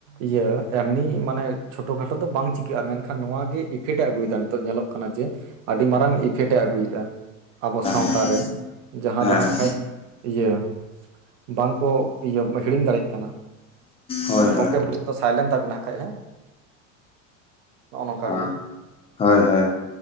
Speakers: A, on the right (about 75°); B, on the left (about 15°).
A: ᱤᱭᱟᱹ ᱮᱢᱱᱤ ᱢᱟᱱᱮᱼᱼ ᱪᱷᱳᱴᱳ ᱠᱷᱟᱴᱳ ᱫᱚ ᱵᱟᱝ ᱪᱤᱠᱟᱹᱜᱼᱟ ᱢᱮᱱᱠᱷᱟᱱ ᱱᱚᱣᱟᱜ ᱜᱮ ᱤᱯᱷᱮᱠᱴ ᱮ ᱟᱹᱜᱩᱭᱮᱫᱟ ᱱᱤᱛᱚᱜ ᱧᱮᱞᱚᱜ ᱠᱟᱱᱟ ᱡᱮᱼᱼ ᱟᱹᱰᱤ ᱢᱟᱨᱟᱝ ᱤᱯᱷᱮᱠᱴᱮ ᱟᱹᱜᱩᱭᱮᱫᱼᱟ ᱟᱵᱚ ᱥᱟᱶᱛᱟᱨᱮ
B: ᱦᱮᱸ
A: ᱡᱟᱦᱟᱸ
B: ᱦᱮᱸ
A: ᱫᱚ ᱟᱠᱷᱟᱡᱼᱼ ᱤᱭᱟᱹ ᱵᱟᱝ ᱠᱚ ᱦᱤᱲᱤᱧ ᱫᱟᱲᱮᱭᱟᱜ ᱠᱟᱱᱟ᱾
B: ᱦᱳᱭ
A: ᱟᱨ ᱜᱚᱢᱠᱮ
B: ᱦᱳᱭ
A: ᱯᱷᱩᱱ ᱫᱚ ᱥᱟᱭᱞᱮᱱᱴ ᱛᱟᱵᱤᱱᱟ ᱦᱟᱸᱜ ᱠᱷᱟᱡ ᱦᱮᱸ ᱱᱚᱜ-ᱚ ᱱᱚᱝᱠᱟ
B: ᱟᱸ
A: ᱜᱮ᱾
B: ᱦᱳᱭ ᱦᱳᱭ